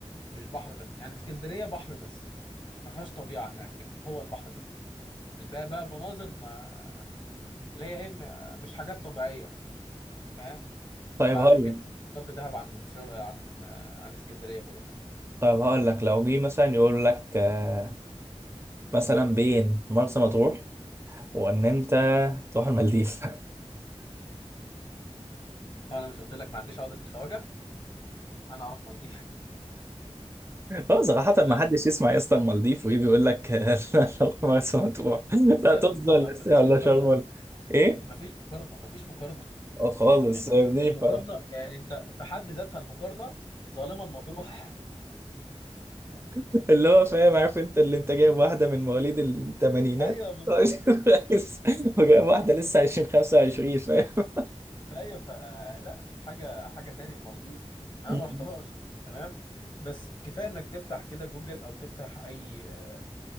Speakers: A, on the left (about 45°); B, on the right (about 25°).
A: مش بحر بس يعني اسكندرية بحر بس ما فيهاش طبيعة هناك هو البحر بس الباقي بقى مناظر ما اللي هي ايه ما- مش حاجات طبيعية فاهم
B: طيب
A: فعشان
B: هقول
A: كده
B: لك
A: كنت فضلت دهب عن شر... عن عن اسكندرية برضه
B: طيب هقول لك لو جه مثلا يقول لك آه، مثلا بين مرسى مطروح وان انت
A: اه
B: تروح المالديف
A: انا مش قلت لك ما عنديش عقدة الخواجة انا هروح مالديف
B: اه صراحة ما
A: لا
B: حدش يسمع يا اسطى المالديف وايه بيقول لك <laughs> لا لو مرسى مطروح لا
A: يا
B: طز
A: اسطى
B: ولا
A: ما ما
B: الساعة
A: فيش
B: ولا
A: مقارنة
B: شرم ولا ايه؟
A: ما فيش مقارنة ما فيش مقارنة
B: اه خالص
A: يعني
B: يا ابني
A: المقارنة
B: ف-
A: يعني انت في حد ذاتها المقارنة ظالمة المطروح
B: <laughs> اللي هو فاهم عارف انت اللي انت جايب واحدة من مواليد الثمانينات
A: <laughs> ايوه بالظبط
B: <laughs> وجايب واحدة لسه 20 25 فاهم؟
A: فهي فلا حاجه حاجه تاني المالديف انا
B: م-م.
A: ما رحتهاش تمام بس كفايه انك تفتح كده جوجل او تفتح اي آه،